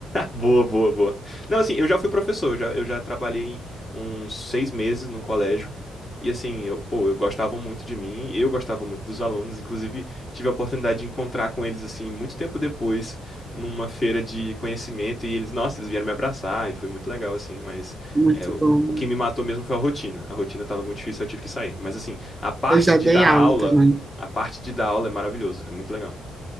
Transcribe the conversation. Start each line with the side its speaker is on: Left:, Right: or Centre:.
Left: Boa, boa, boa. Não, assim, eu já fui professor, eu já, eu já trabalhei uns seis meses num colégio. E assim, eu, pô, eu gostava muito de mim, eu gostava muito dos alunos, inclusive tive a oportunidade de encontrar com eles, assim, muito tempo depois, numa feira de conhecimento, e eles, nossa, eles vieram me abraçar, e foi muito legal, assim, mas
Right: Muito
Left: é, o,
Right: bom.
Left: o que me matou mesmo foi a rotina. A rotina tava muito difícil, eu tive que sair. Mas assim, a parte
Right: Eu já
Left: de
Right: dei
Left: dar aula,
Right: aula também.
Left: a parte de dar aula é maravilhoso, é muito legal.